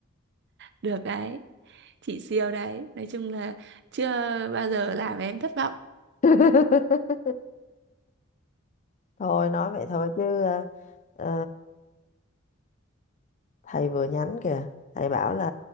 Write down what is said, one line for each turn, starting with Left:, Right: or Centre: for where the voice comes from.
Right: Được đấy, chị siêu đấy. Nói chung là chưa bao giờ làm em thất vọng.
Left: <laughs> Thôi nói vậy thôi chứ ờ, ờ, thầy vừa nhắn kìa. Thầy bảo là